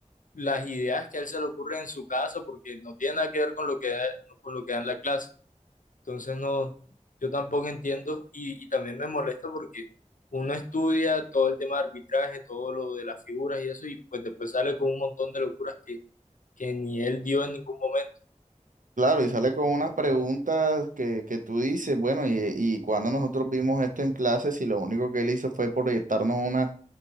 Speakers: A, on the left; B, on the right.
A: las ideas que a él se le ocurren en su casa, porque no tiene nada que ver con lo que da, con lo que da en la clase. Entonces no, yo tampoco entiendo y, y también me molesta porque uno estudia todo el tema de arbitraje, todo lo de las figuras y eso, y pues después sale con un montón de locuras que, que ni él dio en ningún momento.
B: Claro, y sale con unas preguntas que, que tú dices, bueno, y, y cuando nosotros vimos esto en clases y lo único que él hizo fue proyectarnos unas,